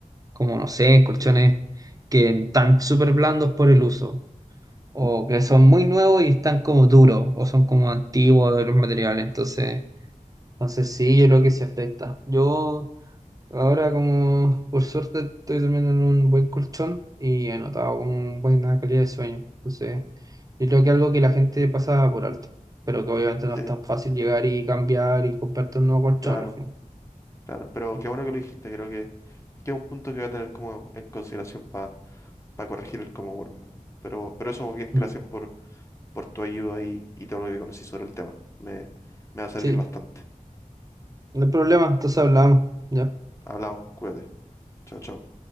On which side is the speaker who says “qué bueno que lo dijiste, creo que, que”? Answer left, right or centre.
Left